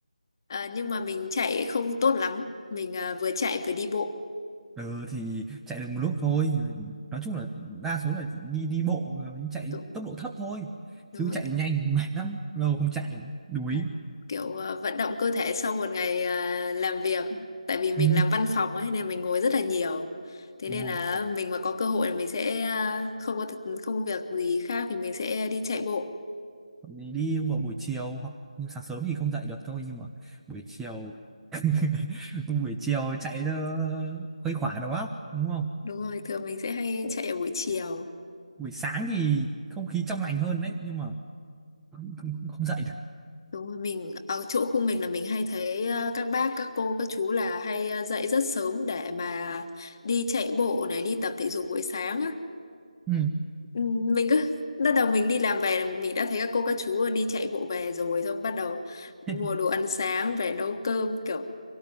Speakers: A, on the left; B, in the centre.
A: à, nhưng mà mình chạy không tốt lắm. Mình à, vừa chạy vừa đi bộ.
B: ừ, thì chạy được một lúc thôi nói chung là đa số là đi đi bộ ờ, chạy
A: Đúng,
B: tốc độ thấp thôi
A: đúng
B: chứ
A: rồi.
B: chạy nhanh mệt lắm lâu không chạy đuối
A: Là Kiểu à, vận động cơ thể sau một ngày à, làm việc. Tại vì mình
B: Ừ.
A: làm văn phòng ấy nên mình ngồi rất là nhiều. Thế
B: đúng
A: nên là
B: rồi
A: mình mà có cơ hội là mình sẽ à, không có thật, không có việc gì khác thì mình sẽ đi chạy bộ.
B: Còn Thì đi vào buổi chiều hoặc nhưng sáng sớm thì không dậy được thôi nhưng mà buổi chiều <laughs> buổi chiều chạy cho khuây khỏa đầu óc đúng không
A: Đúng rồi, thường mình sẽ hay chạy ở buổi chiều.
B: buổi sáng thì không khí trong lành hơn đấy nhưng mà không, không dậy được
A: Đúng rồi, mình ở chỗ khu mình là mình hay thấy ờ, các bác, các cô, các chú là hay ờ, dậy rất sớm để mà đi chạy bộ này, đi tập thể dục buổi sáng á.
B: Ừ.
A: Ừ, Mình cứ <laughs> bắt đầu mình đi làm về mình đã thấy các cô các chú đi chạy bộ về rồi xong bắt đầu mua
B: <laughs>
A: đồ ăn sáng về nấu cơm kiểu